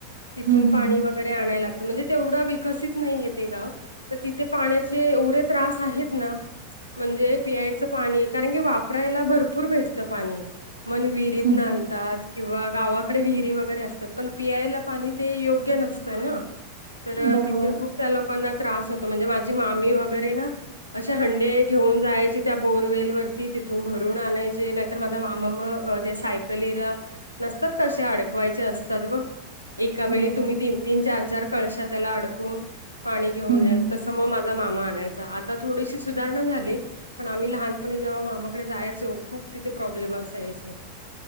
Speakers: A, on the left; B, on the right.
A: तिथून
B: हम्म हम्म
A: पाणी
B: हम्म
A: वग गरे आणाय लागत म्हंजे तेवढा वि कसित नाहीये ते गाव तर तिथे पाण्याचे एवढे त्रास आहेतना. म्हंजे पियायचं पाणी कारणकी वापरायला भरपूर भेटतं पाणी मन वि रित्न
B: हम्म
A: आनतात.
B: हम्म
A: किंवा गावाकडे विहिरी वगैरे असतात पण पियायला पाणी ते योग्य नसतंना. तर
B: बरोबर
A: तिथे खूप त्या लोकांना त्रास होतो म्हंजे माझी मामी वगैरे ना. अशे हंडे घेऊन जायाची त्या बोरवेल वरती तिथून भरूण आणायचे नाहीतर माझा मामा म अ त्या सायकलीला नसतात का अशे अडकवायचे असतात बघ. एका वेळी
B: हो, हो.
A: तुम्ही तीनतीन चारचार कळश्या त्याला अडकून पाणी घेऊन
B: हं,
A: याल
B: हं.
A: तसं असं म झा मामा आनायचा आता थोडीशी सुधारणा झाले. पण आम्ही लहानपणी जेव्हां मामाकडे जायाचो खूप तिथे प्रॉब्लेम असायचे.